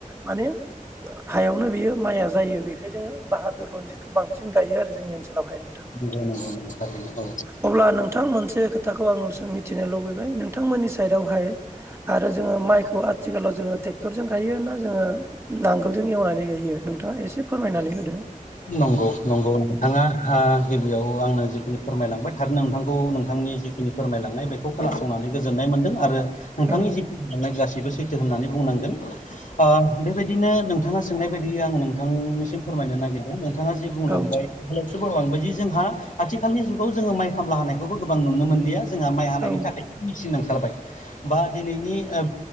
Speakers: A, on the right; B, on the left.
A: माने हायावनो बियो माइाया जायो बेखायनो जोङो बाहादुर रनजित बेखौ बांसिन गायो आरो जोंनि ओनसोलावहाय नोंथां।
B: औ थारैनो औ
A: अब्ला नोंथां मोनसे खोथाखौ आं मिथिनो लुबैबाय नोंथांमोननि साइडआवहाय आरो जोङो माइखौ आथिखालाव जोङो ट्रेक्टरजों गायोना जोङो नांगोलजों एवनानै गायो नोंथाङा एसे फोरमायनानै होदो।
B: नंगौ नंगौ नोंथाङा ओ गिबियाव आंनो जिखिनि फोरमायलांबाय थारनो नोंथांखौ नोंथांनि जि खिनि फोरमायलांनाय बेखौ खोनासंनानै गोजोननाय मोनदों आरो नोंथांनि
A: औ
B: जि बुंनाय गासैबो सैथो होननानै बुंनांगोन। ओ बेबायदिनो नोंथाङा सोंनाय बायदिय आङो नोंथांनिसिम फोरमायनो नागिर दों नोंथाङा जे बुंलांबाय
A: औ
B: <unintelligible> बायदि जोंहा आथिखालनि जुगाव जोङो माइ खामला होनानायखौबो गोबां नुनो मोनलिया। जोंहा माइ हानायनि
A: औ
B: थाखाय मेसिन ओंखारबाय। बा दिनैनि ओ